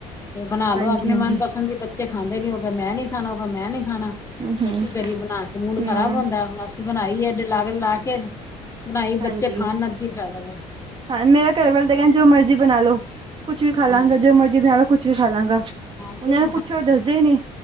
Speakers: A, on the left; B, on the right.
A: ਫ ਬਣਾ ਲੋ।
B: ਹਾਂਜੀ
A: ਆਪਣੇ
B: ਹਾਂਜੀ
A: ਮਨਪਸੰਦ ਦੀ ਬੱਚੇ ਖਾਂਦੇ ਨੀ ਹੋ ਕੇ ਮੈਂ ਨੀ ਖਾਣਾ ਉਹਗਾ ਮੈਂ ਨੀ ਖਾਣਾ,
B: ਹਮ ਹਮ
A: ਕੀ ਕਰੀਏ ਬਣਾ ਕੇ ਮੂਡ
B: ਹਮ
A: ਖ਼ਰਾਬ ਹੁੰਦਾ ਏ। ਬਣਾਈ ਐਡੇ ਲਾਗਨ ਲਾ ਕੇ, ਬਣਾਈ
B: ਹਾਂਜੀ
A: ਬੱਚੇ ਖਾਣ ਨਾ ਤੇ ਕੀ ਫਾਇਦਾ ਪਿਆ।
B: ਹਾਂ, ਮੇਰਾ ਘਰੇਵਾਲ ਤਾਂ ਕਹਿਣ ਜੋ ਮਰਜ਼ੀ ਬਣਾ ਲੋ। ਕੁਛ ਵੀ ਖਾ ਲਾਂਗਾ
A: ਹਾਂ
B: ਜੋ ਮਰਜ਼ੀ ਬਣਾ ਲਓ ਕੁਛ ਵੀ ਖਾ ਲਾਂਗਾ,
A: ਹਾਂ
B: ਉਹਨਾਂ
A: ਕਈ
B: ਨੂੰ ਪੁੱਛੋ ਉਹ ਦੱਸਦੇ ਈ ਨੀ।